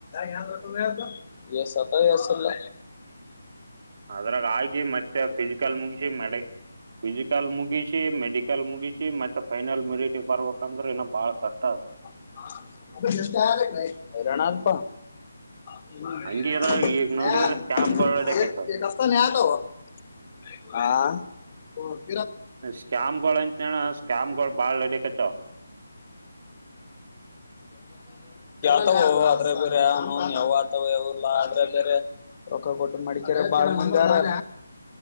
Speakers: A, on the left; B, on the right.
A: ಯಾ <unintelligible> ಎಸ್ ಏಸಿಲ್ಲ
B: ಅದ್ರಾಗ ಆಗಿ ಮತ್ತೆ ಫಿಸಿಕಲ್ ಮುಗಿಸಿ ಮೆಡ ಫಿಸಿಕಲ್ ಮುಗಿಸಿ ಮೆಡಿಕಲ್ ಮುಗಿಸಿ ಮತ್ತೆ ಫೈನಲ್ ಮರಿಟಿ ಬರ್ಬೇಕಂದ್ರೆ ಇನ ಬಾಳ ಕಷ್ಟದ.
A: <unintelligible> ಐರಣ ಆದ್ಪ. <unintelligible>
B: ಹಂಗಿದ್ರ ಈಗ ನೋಡಿದ್ರೆ ಸ್ಕ್ಯಾಮ್ಗಳು ನಡಕೈತದ
A: ಹಾ ಪೊ
B: ಸ್ಕ್ಯಾಮ್ಗಳ ಅಂತ್ನ್ಯನ ಸ್ಕ್ಯಾಮ್ಗಳ್ ಬಾಳ್ ನಡೆ ಕತೆವ.
A: ಓ ಅದ್ರಗ ಬೇರೆ ಅವ್ನೌನ್ ಯಾವಾಗ್ ಆತವ ಯವುಲ್ಲ ಆದ್ರೆ ಬೇರೆ ರೊಕ್ಕ ಕೊಟ್ಟು ಮಡಿಕ್ಯರ ಬಾಳ ಮಂದಿ ಆರ.